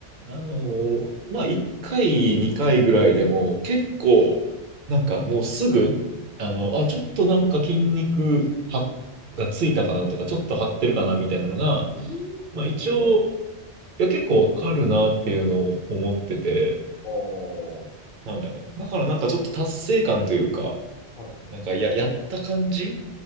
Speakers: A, on the right; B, on the left.
A: あのーまあ、1回、2回ぐらいでも、結構、なんかもうすぐ、あの、
B: はい。
A: あ、ちょっとなんか筋肉はがついたかなとか、ちょっと張ってるかなみたいなのが、
B: えー、
A: まあ一応、
B: あ、思いますか
A: いや、結構わかるなっていうのを思ってて、
B: ああ、
A: はい。だからなんかちょっと達成感というか、
B: はいはい。
A: なんかや、やった感じ